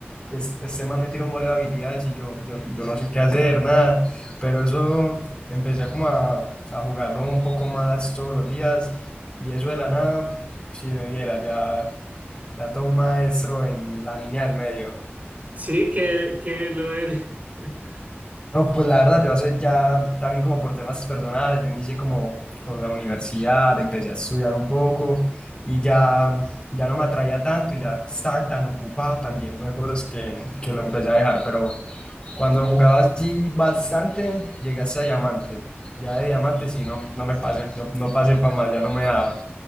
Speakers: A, on the left; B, on the right.
A: este, este man me tiene un voleo de habilidades y yo, yo, yo no sé qué hacer, nada. Pero eso empecé a como a, a jugarlo un poco más todos los días y eso de la nada, si me viera, ya, ya todo un maestro en la línea del medio.
B: Sí, que, que lo eres. <laughs>
A: No, pues la verdad, yo hace ya también como por temas personales, yo inicié como con la universidad, empecé a estudiar un poco y ya, ya no me atraía tanto y ya estaba tan ocupado también de cosas que, que lo empecé a dejar, pero cuando jugaba así bastante, llegué hasta diamante. Ya de diamante sí, no, no me pasé, no, no pasé para más, ya no me daba.